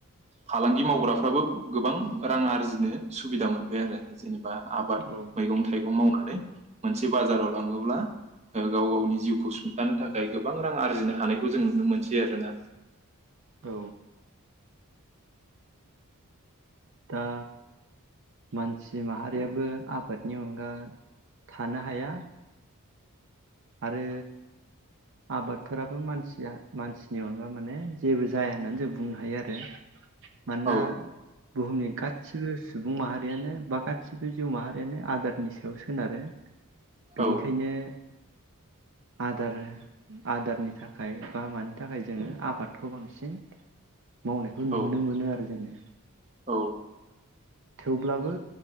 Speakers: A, on the right; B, on the right.
A: फालांगि मावग्राफ्राबो गोबां रां आरजिनो सुबिदा मोनबाय आरो जेनेबा। बा आबाद
B: औ
A: मैगं थाइगं मावनानै मोनसे बाजाराव लाङोब्ला गाव गावनि जिउखौ सुंथानो थाखाय गोबां रां आरजिनो हानायखौ जों नुनो मोनसै आरोना।
B: औ। दा मानसि माहारियाबो आबादनि अनगा थानो हाया। आरो आबादफोराबो मानसिया मानसिनि अनगा माने जेबो जाया होननानै जों बुंनो हायो आरो। मानोना
A: औ
B: बुहुमनि गासिबो सुबुं माहारियानो बा गासिबो जिउ माहारियानो आदारनि सायाव सोनारो।
A: औ
B: बेनिखायनो आदार आदारनि थाखाय बा मानि थाखाय जोङो आबाद खौ बांसिन मावनायखौ नुनो
A: औ
B: मोनो आरो जोङो।
A: औ
B: थेवब्लाबो